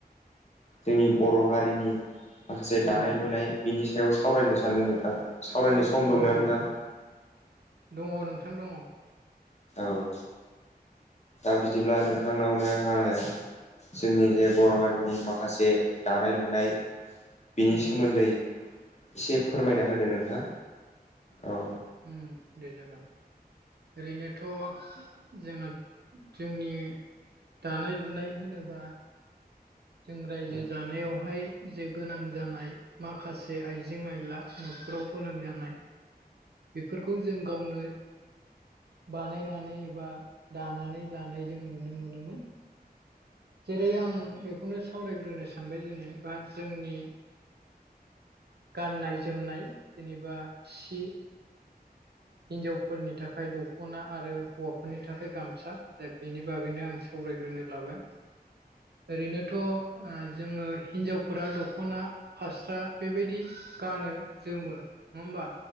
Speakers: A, on the left (about 45°); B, on the right (about 80°).
A: जोंनि बर' हारिनि माखासे दानाय
B: उम
A: लुनाय बिनि सायाव सावरायनो सानदों नोंथां सावरायनो सम सम दंना
B: औ
A: नोंथां
B: औ दङ नोंथां दङ
A: औ दा बिदिब्ला नोंथांनावनो आङो जोंनि जे बर' हारिनि माखासे दानाय लुनाय बिनि
B: उम
A: सोमोन्दै एसे फोरमायना होदो नोंथां औ
B: उ दे जागोन ओरैनोथ' जोंना जोंनि दानाय लुनाय होनोब्ला जों रायजो
A: औ
B: जानायावहाय जे गोनां जानाय माखासे आइजें आयला नखराव गोनां जानाय बेफोरखौ जों गावनो बानायनानै एबा दानानै लानाय जों नुनो मोनोमोन। जेरै आं बेखौनो सावरायग्रोनो सानबाय जेने बा जोंनि गाननाय जोमनाय जेनेबा सि हिनजावफोरनि थाखाय दख'ना आरो हौवाफोरनि थाखाय गामसा बेनि बागैनो आं सावरायग्रोनो लाबाय ओरैनोथ' जोङो हिनजावफोरा दखना फास्रा बेबायदि गानो जोमो नङा होमबा